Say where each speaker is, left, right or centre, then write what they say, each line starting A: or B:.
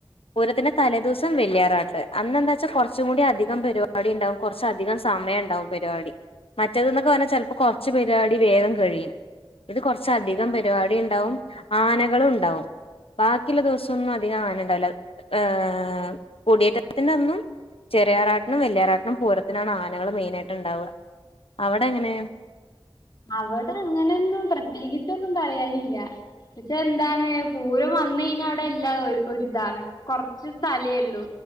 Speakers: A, on the left (about 80°); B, on the left (about 55°).
A: പൂരത്തിന്റെ തലേ ദിവസം വല്ല്യാറാട്ട് അന്ന്ന്താ ച്ചാ കൊർച്ചും കൂടി അധികം പരിപാടിണ്ടാവും കൊർച്ചധികം സമയണ്ടാവും പരിവാടി മറ്റേതെന്നൊക്കെ പറഞ്ഞാ ചില് പ്പോ കൊർച്ച് പരിവാടി വേഗം കഴിയും ഇത് കൊർച്ചധികം പരിപാടി ഇണ്ടാവും ആനകളും ഉണ്ടാവും ബാക്കിയിള്ള ദിവ്സ് ഇവടെങ്ങും അധികം ആനണ്ടാവില്ല ഏ കുടിയേറ്റത്തിന്റെ അന്നും ചെറിയ ആറാട്ട്നും വെല്ല്യാറാട്ട്നും പൂരത്തിനാണ് ആനകള് മെയിനായിട്ട്ണ്ടാവ്വ അവടെങ്ങനെ?
B: അവടെ അങ്ങനെയൊന്നും പ്രത്യേകിച്ചൊന്നും <unintelligible> ക്ഷെ എന്താണ് പൂരം വന്നഴിഞ്ഞാ അവിടെ എല്ലാ ഒര് ഒരിതാ. കൊറച്ച് സ്ഥലേല്ലൂ